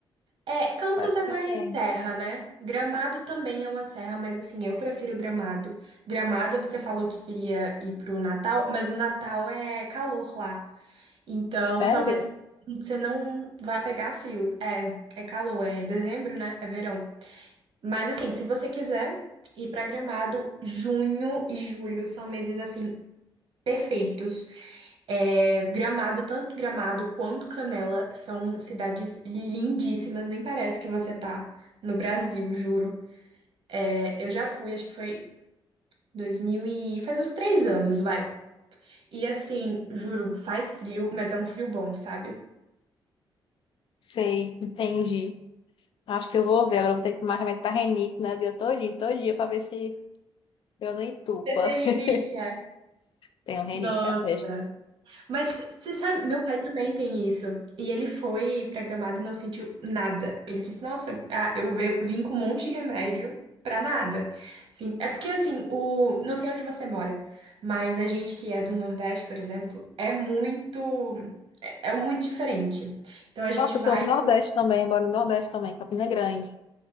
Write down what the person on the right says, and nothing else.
É, Campos
é
mais
serra, né? Gramado também é uma serra, mas assim, eu prefiro Gramado. Gramado, você falou que queria ir pro Natal, mas o Natal é calor lá. Então,
talvez você não vá pegar frio. É, é calor, é dezembro, né? É verão. Mas assim, se você quiser ir pra Gramado, junho e julho são meses assim perfeitos. É, Gramado, tanto Gramado quanto Canela são cidades lindíssimas, nem parece que você tá no Brasil, juro. É, eu já fui, acho que foi 2000 e faz uns três anos, vai. E assim, juro, faz frio, mas é um frio bom, sabe?
Você tem
rinite, é?
Nossa.
Mas você sabe, meu pai também tem isso. E ele foi pra Gramado e não sentiu nada. Ele disse: Nossa, ah, eu ve- vim com um monte de remédio pra nada. Assim, é porque assim, o... não sei onde você mora, mas a gente que é do Nordeste, por exemplo, é muito. É é muito diferente. Então a gente
vai.
com-